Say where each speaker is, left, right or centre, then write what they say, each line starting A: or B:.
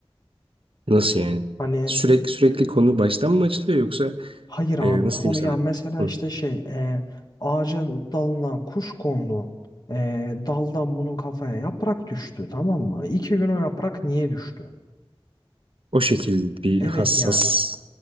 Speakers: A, on the right (about 65°); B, on the left (about 45°).
A: Nasıl yani?
B: Hani
A: Sürekli sürekli konu baştan mı açılıyor yoksa
B: hayır abi
A: e, nasıl
B: konu
A: diyeyim sana?
B: ya mesela
A: Hı.
B: işte şey e, ağacın dalına kuş kondu. E, daldan bunun kafaya yaprak düştü tamam mı? İki gün o yaprak niye düştü?
A: O şekilde bir
B: Evet
A: hassas
B: yani